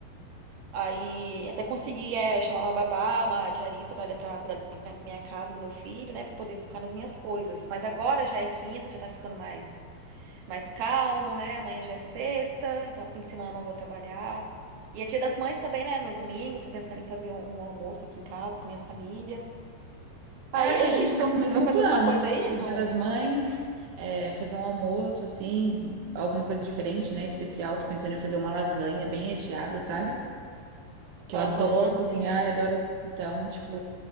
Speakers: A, on the right; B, on the right.
A: Aí até consegui é, chamar uma babá, uma diarista para para cuidar da minha casa, do meu filho, né, para poder focar nas minhas coisas. Mas agora já é quinta, já tá ficando mais mais calmo, né? Amanhã já é sexta, então fim de semana não vou trabalhar. E é dia das mães também, né? No domingo, tô pensando em fazer um, um almoço aqui em casa com minha família. Aí
B: É
A: é
B: que a gente
A: isso.
B: tá com
A: Você
B: o mesmo
A: vai fazer
B: plano
A: alguma coisa aí
B: pro Dia
A: no?
B: das Mães, é, fazer um almoço, assim, alguma coisa diferente, né? Especial. Tô pensando em fazer uma lasanha bem recheada, sabe? Que
A: Aham,
B: eu adoro cozinhar
A: sim.
B: e adoro. Então, tipo,